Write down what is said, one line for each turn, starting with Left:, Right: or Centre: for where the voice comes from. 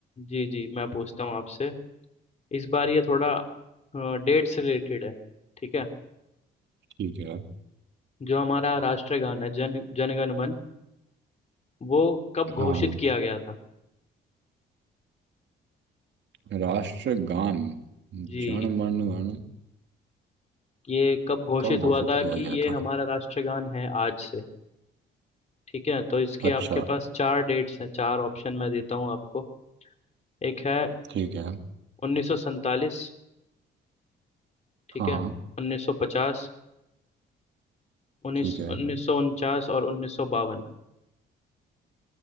Left: जी जी मैं पूछता हूँ आपसे इस बार ये थोड़ा डेट से रिलेटेड है ठीक है
Right: ठीक है
Left: जो हमारा राष्ट्रगान है जन जनगण मन वो कब
Right: हाँ
Left: घोषित किया गया था
Right: राष्ट्रगान जन
Left: जी
Right: गण मन गण
Left: ये कब घोषित
Right: कब घोषित
Left: हुआ था
Right: किया
Left: कि
Right: गया
Left: ये
Right: था
Left: हमारा राष्ट्रगान है आज से ठीक है तो इसके
Right: अच्छा
Left: आपके पास चार डेट्स हैं चार ऑप्शन मैं देता हूँ आपको एक है
Right: ठीक है
Left: 1947 ठीक
Right: हाँ
Left: है
Right: हाँ
Left: 1950 उन्नीस
Right: ठीक है
Left: 1949 और 1952